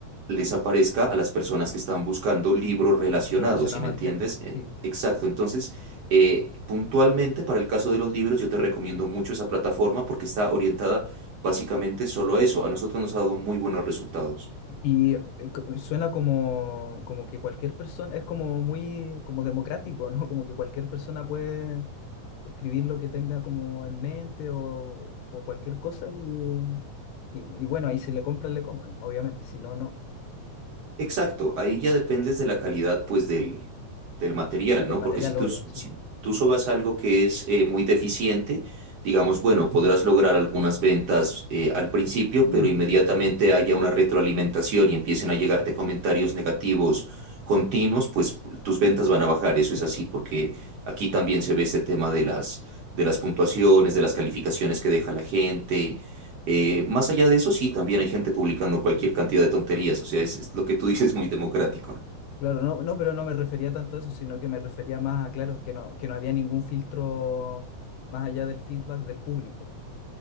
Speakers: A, on the right (about 70°); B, on the left (about 85°).
A: les aparezca a las personas que están buscando libros relacionados,
B: relacionado
A: ¿si me
B: al
A: entiendes?
B: tema, sí.
A: Eh, Exacto, entonces eh, puntualmente para el caso de los libros yo te recomiendo mucho esa plataforma porque está orientada básicamente solo a eso. A nosotros nos ha dado muy buenos resultados.
B: Y eh, co- suena como, como que cualquier persona, es como muy como democrático, ¿no? <laughs> Como que cualquier persona puede escribir lo que tenga como en mente o, o cualquier cosa y, y, y bueno, ahí si le compran, le compran, obviamente, si no, no.
A: Exacto, ahí ya dependes de la calidad pues del, del material,
B: Del
A: ¿no?
B: material,
A: Porque si tú,
B: obvio,
A: s-
B: sí.
A: si tú sobas algo que es eh, muy deficiente, digamos, bueno, podrás lograr algunas ventas eh, al principio,
B: <clears throat>
A: pero inmediatamente haya una retroalimentación y empiecen a llegarte comentarios negativos continuos, pues tus ventas van a bajar, eso
B: Claro.
A: es así, porque aquí también se ve este tema de las, de las puntuaciones, de las calificaciones que deja la gente eh, más allá de eso, sí, también hay gente publicando cualquier cantidad de tonterías, o sea, es, es lo que tú dices muy democrático, ¿no?
B: Claro, no, no, pero no me refería tanto a eso, sino que me refería más a, claro, que no, que no había ningún filtro más allá del feedback del público.